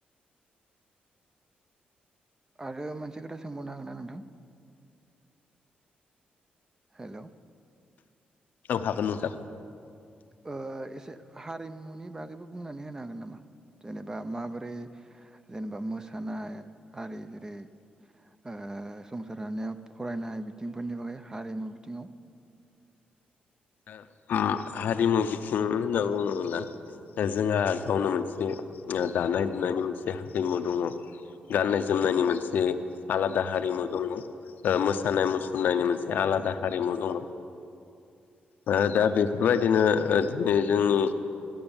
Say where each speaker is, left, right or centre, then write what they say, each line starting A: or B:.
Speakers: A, on the right (about 20°); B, on the left (about 70°).
A: आरो मोनसे खोथा सोंबावनो हागोन ना नोंथां? हेल'
B: औ हागोन नोंथां।
A: ओ एसे हारिमुनि बागैबो बुंनानै होनो हागोन नामा? जेनेबा माबोरै जेनेबा मोसानाय आरि जेरै ओ संसार जानायाव फरायनाय बिथिंफोरनि बागै हारिमु बिथिङाव।
B: ओ उम हारिमु बिथिं होनना बुङोब्ला। ओ जोंहा गावनो मोनसे ओ दानाय लुनायनि मोनसे हारिमु दङ'। गाननाय जोमनायनि मोनसे आलादा हारिमु दङ। मोसानाय मुसुरनायनि मोनसे आलादा हारिमु दङ। ओ दा बिफोर बायदिनो ओ दिनै ओ जोंनि